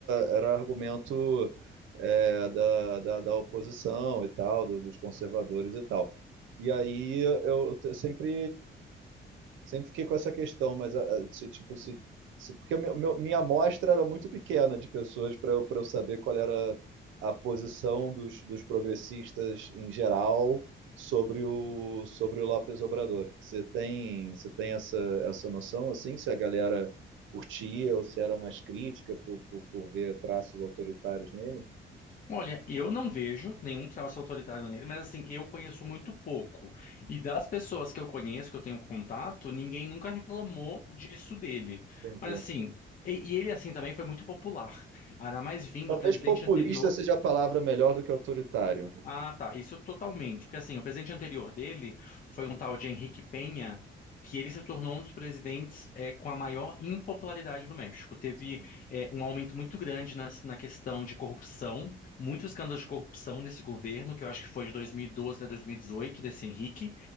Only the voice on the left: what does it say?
Olha, eu não vejo nenhum traço autoritário nele, mas assim, eu conheço muito pouco. E das pessoas que eu conheço, que eu tenho contato, ninguém nunca reclamou disso dele.
Mas assim, e, e ele assim também foi muito popular. Ainda mais vindo
do presidente
anterior.
Ah, tá. Isso totalmente. Porque assim, o presidente anterior dele foi um tal de Henrique Penha, que ele se tornou um dos presidentes eh, com a maior impopularidade no México. Teve
eh, um aumento muito grande nas- na, questão de corrupção, muitos escândalos de corrupção nesse governo, que eu acho que foi de 2012 a 2018, desse Henrique,